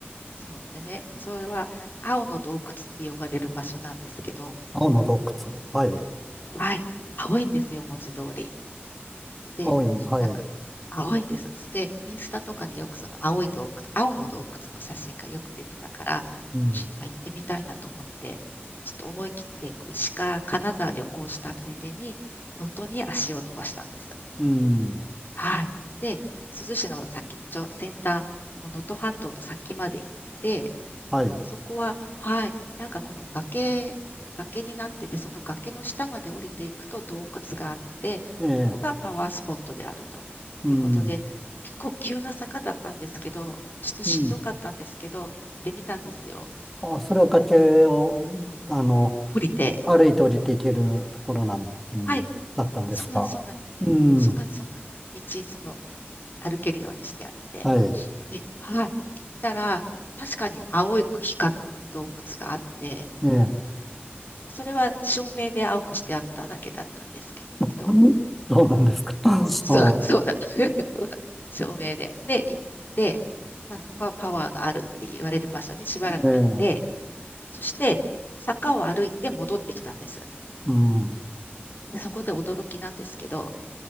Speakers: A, on the left (about 50°); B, in the centre.
A: そう。でね、それは青の洞窟って呼ばれる場所なんですけど、
B: 青の洞窟、はい。
A: はい。青いんですよ、文字通り。で、
B: 青い、はい。
A: なんか、青いんです。で、インスタとかによくその青い洞窟、青の洞窟の写真がよく出てたから、
B: うん、
A: まあ、行ってみたいなと思って、ちょっと思い切ってこう石川、金沢旅行したついでに、能登に足を伸ばしたんです。
B: うん、
A: はい。で、珠洲市の先っちょ、先端、もう能登半島の先まで行って、
B: はい。
A: で、そこは、はい、なんかこの崖、崖になってて、その崖の下まで降りていくと洞窟があって、
B: ええ、
A: そこがパワースポットであるということで、
B: うん、
A: 結構急な坂だったんですけど、ちょっとしんどかったんですけど、
B: うん。
A: 行ってみたんですよ。
B: あ、それは崖を、あの、
A: 降りて、
B: 歩いて降りていけるところなん、うん、
A: はい、
B: だったんですかうん。
A: そんなんです、そんなんです、そんなんです、そんなんです、道、その、歩けるようにしてあって、
B: はい。
A: で、はい、行ったら、確かに青く光る洞窟があって、
B: ええ。
A: それは照明で青くしてあっただけだったんですけど、
B: うそうなんですか。<laughs> ああ、
A: そう、そうだ。<laughs> そうだ照明で。で、行って、まあ、ここはパワーがあるって言われる場所にしばらく行って、
B: ええ。
A: そして坂を歩いて戻ってきたんです。
B: うん。
A: <laughs> でそこで驚きなんですけど、